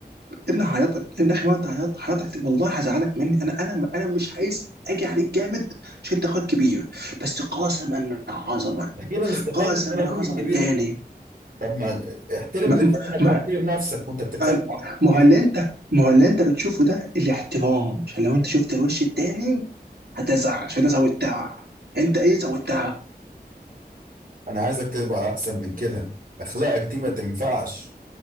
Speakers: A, on the right (about 80°); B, on the right (about 55°).
A: يا ابني هعيطك يا ابني اخي ما انت عيطت حياتك والله هزعلك مني انا انا انا مش عايز اجي عليك جامد عشان انت اخوك كبير بس قاسما عظما
B: اخيرا استخرت
A: قاسما
B: ان انا اخوك
A: عظما
B: الكبير
A: تاني
B: طب ما احترم
A: ما,
B: لسانك
A: ما,
B: واحترم نفسك وانت بتتكلم
A: أم-
B: مع اخوك
A: ما
B: الكبير
A: هو اللي انت ما هو اللي انت بتشوفه ده الاحترام عشان لو انت شفت الوش التاني هتزعل عشان ده زودتها انت ايه زودتها
B: انا عايزك تبقى احسن من كده اخلاقك دي ما تنفعش